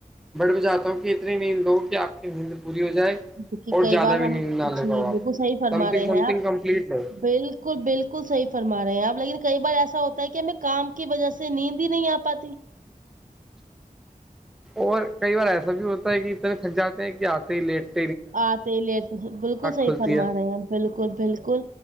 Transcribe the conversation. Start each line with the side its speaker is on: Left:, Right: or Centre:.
Centre: بٹ میں چاہتا ہوں کہ اتنی نیند دو کہ آپ کی نیند پوری ہو جائے
Right: دیکھیے
Centre: اور
Right: کئی
Centre: زیادہ
Right: بار
Centre: بھی
Right: ہم
Centre: نیند نہ لے
Right: جی
Centre: پاؤ آپ
Right: بالکل صحیح فرما
Centre: سم تھنگ
Right: رہے
Centre: سم
Right: ہیں
Centre: تھنگ
Right: آپ
Centre: کمپلیٹ لو
Right: بالکل بالکل بالکل صحیح فرما رہے ہیں آپ لیکن کئی بار ایسا ہوتا ہے کہ ہمیں کام کی وجہ سے نیند ہی نہیں آپاتی
Centre: اور کئی بار ایسا بھی ہوتا ہے کہ اتنے تھک جاتے ہیں کہ آتے ہی لیٹ
Right: آتے ہی لیٹے تو بالکل صحیح
Centre: کھلتی
Right: فرما
Centre: ہے
Right: رہے ہیں بالکل بالکل